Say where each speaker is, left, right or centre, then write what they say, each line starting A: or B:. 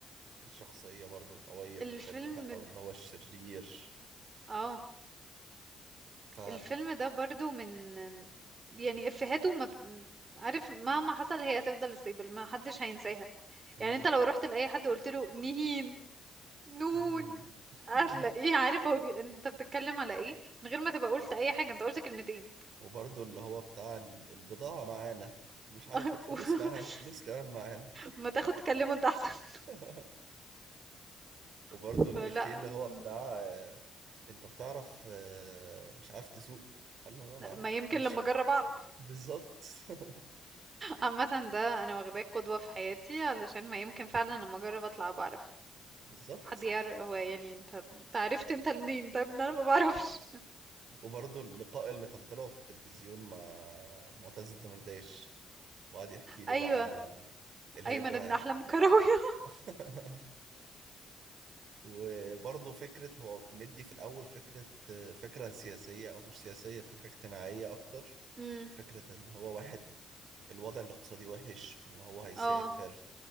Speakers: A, on the right (about 65°); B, on the right (about 40°).
A: كان شخصية برضه قوية في
B: الفيلم
A: الفيلم بقى
B: د-
A: واللي هو الشرير
B: اه
A: ف
B: الفيلم ده برضو من يعني افهاته ما بت... عارف مهما حصل هي هتفضل ستيبل ما حدش هينساها
A: أمم.
B: يعني انت لو رحت لاي حد وقلت له نهين نون
A: أمم. <laughs>
B: هتلاقيه عارف هو بي... انت بتتكلم على ايه من غير ما تبقى قلت اي حاجه انت قلت كلمتين
A: وبرضه اللي هو بتاع ال- البضاعة معانا مش عارف
B: <laughs>
A: الفلوس معانا الفلوس كمان معانا
B: ما تاخد تكلمه انت احسن
A: <laughs> وبرضه
B: <laughs>
A: الإفيه
B: فلا
A: اللي
B: م-
A: هو بتاع انت بتعرف آه، مش عارف تسوق قال له طبعا
B: لا، ما يمكن
A: مش
B: لما اجرب اعرف
A: بالظبط <laughs>
B: عامه ده انا واخداه قدوه في حياتي علشان ما يمكن فعلا لما اجرب اطلع بعرف
A: بالظبط
B: حد يعرف هو يعني انت انت عرفت انت منين طيب ان انا ما بعرفش
A: وبرضه اللقاء اللي كان طلعه في التلفزيون مع معتز الدمرداش وقعد يحكي له
B: ايوه
A: بقى على ال- الهجرة
B: ايمن ابن
A: يعني
B: احلام كراويه
A: <laughs> وبرضه فكرة هو مدي في الأول فكرة فكرة سياسية أو مش سياسية فكرة اجتماعية أكتر
B: امم
A: فكرة إن هو واحد الوضع الاقتصادي وحش إن هو هيسافر
B: اه